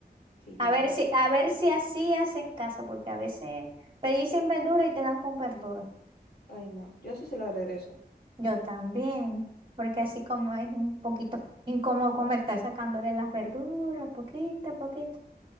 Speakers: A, on the left; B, on the right.
A: Sí, tenés
B: A ver
A: razón.
B: si, a ver
A: Ujú.
B: si así hacen caso, porque a veces pedís sin verdura y te dan con verdura.
A: Ay, no. Yo sí se lo regreso.
B: Yo también, porque así como es un poquito incómodo comer, estar sacándole las verduras, poquito a poquito,